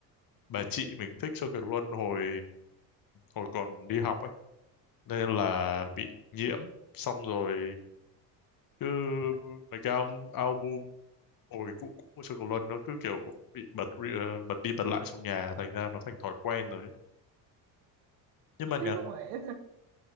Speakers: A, on the left (about 45°); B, on the right (about 80°).
A: bà chị mình thích Châu Kiệt Luân hồi hồi còn đi học ấy nên là bị nhiễm xong rồi cứ mấy cái al- album hồi cũ cũ của Châu Kiệt Luân nó cứ kiểu bị bật re- bật đi bật lại trong nhà thành ra nó thành thói quen rồi ấy. nhưng mà
B: chứ
A: nhạc
B: không phải <laughs>